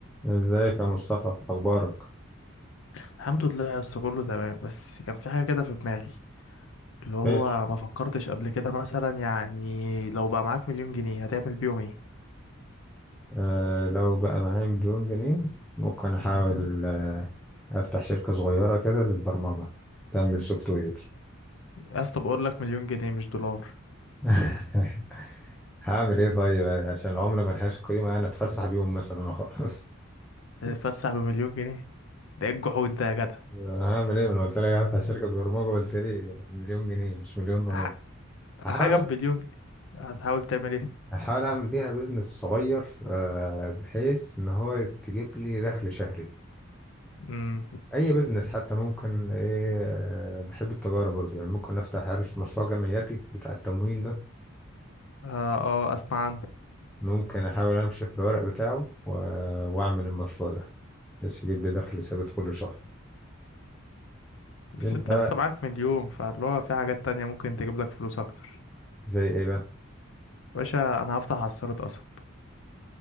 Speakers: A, in the centre; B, on the left (about 70°).
A: ازيك يا مصطفى اخبارك
B: الحمد لله يا اسطى كله تمام بس كان في حاجه كده في دماغي اللي هو
A: خير
B: ما فكرتش قبل كده مثلا يعني لو بقى معاك مليون جنيه هتعمل بيهم ايه
A: آه لو بقى معايا مليون جنيه ممكن احاول
B: مم.
A: آه افتح شركة صغيرة كده للبرمجة تعمل سوفت وير
B: يا اسطى بقول لك مليون جنيه مش دولار
A: <laughs> هعمل ايه طيب عشان العملة ملهاش قيمة انا اتفسح بيهم مثلا <laughs> وخلاص
B: هتتفسح بمليون جنيه ده ايه الجحود ده يا جدع
A: هعمل ايه من قلت لك هفتح شركة برمجة قلت لي مليون جنيه مش مليون دولار
B: ح-
A: هحاول
B: حاجه بمليون جنيه هتحاول تعمل ايه
A: هحاول اعمل بيها بيزنس صغير آه بحيث ان هو تجيب لي دخل شهري
B: امم
A: اي بزنس حتى ممكن ايه آه، بحب التجاره برضو يعني ممكن افتح عارف مشروع جمعياتي بتاع التموين ده
B: اه اه اسمع عنه
A: ممكن احاول امشي في الورق بتاعه و... واعمل المشروع ده بس يجيب لي دخل ثابت كل شهر
B: بس
A: انت
B: انت
A: بقى
B: يا اسطى معاك مليون فاللي هو في حاجات تانية ممكن تجيب لك فلوس اكتر
A: زي ايه بقى
B: باشا انا هفتح عصارة قصب